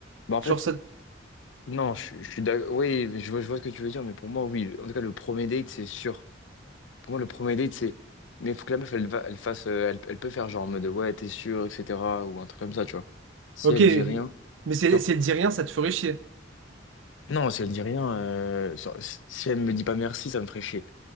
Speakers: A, on the left (about 80°); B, on the right (about 80°).
A: Bah, en fait,
B: Genre, ça.
A: non, je, suis- je suis d'accord. Oui, je vois, je vois ce que tu veux dire, mais pour moi, oui. En tout cas, le premier date, c'est sûr. Pour moi, le premier date, c'est. Mais il faut que la meuf, elle, va- elle fasse. euh, Elle, elle peut faire genre en mode ouais, t'es sûr, etc. Ou un truc comme ça, tu vois. Si
B: Ok,
A: elle dit rien.
B: mais si elle,
A: Genre,
B: si elle dit rien, ça te ferait chier.
A: non, si elle dit rien. euh, genre, si si elle me dit pas merci, ça me ferait chier.